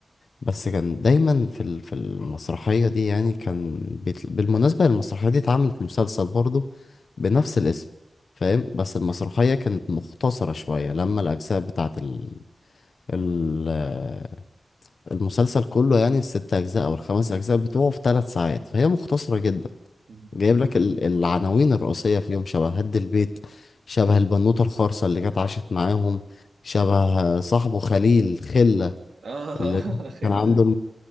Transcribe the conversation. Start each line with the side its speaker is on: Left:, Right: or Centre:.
Left: بس كان دايما في ال- في المسرحية دي يعني كان بيت... بالمناسبة المسرحية دي اتعملت مسلسل برضه بنفس الاسم فاهم بس المسرحية كانت مختصرة شوية لما الأجزاء بتاعت ال... ال... المسلسل كله يعني الست أجزاء أو الخمس أجزاء بتوعه في ثلاث ساعات فهي مختصرة جدا
Right: <laughs>
Left: جايب لك ال- العناوين الرئيسية فيهم شبه هد البيت شبه البنوتة الخرصة اللي جت عاشت معاهم شبه صاحبه خليل خلة
Right: اه
Left: اللي
Right: <laughs> خل
Left: كان عنده